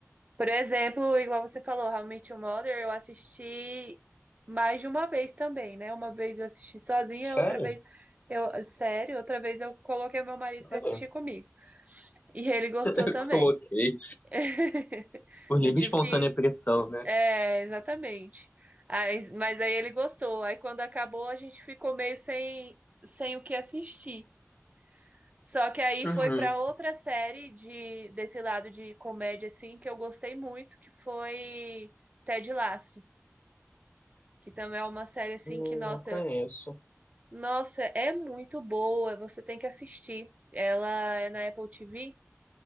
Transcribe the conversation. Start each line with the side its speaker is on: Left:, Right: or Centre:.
Right: Por exemplo, igual você falou, How I Met Your Mother, eu assisti mais de uma vez também, né? Uma vez eu assisti sozinha,
Left: Sério?
Right: outra vez eu, sério, outra vez eu coloquei meu marido pra
Left: Cadê?
Right: assistir
Left: <laughs>
Right: comigo. E ele gostou
Left: Eu
Right: também.
Left: coloquei
Right: <laughs>
Left: por livre
Right: Eu tive
Left: e espontânea
Right: que
Left: pressão, né?
Right: É, exatamente. Aí- mas aí ele gostou. Aí quando acabou, a gente ficou meio sem, sem o que assistir. Só que aí
Left: Uhum.
Right: foi para outra série de desse lado de comédia assim que eu gostei muito, que foi Ted Lasso, que também é uma série assim
Left: Hum,
Right: que nossa,
Left: Não conheço.
Right: nossa, é muito boa, você tem que assistir. Ela é na Apple TV,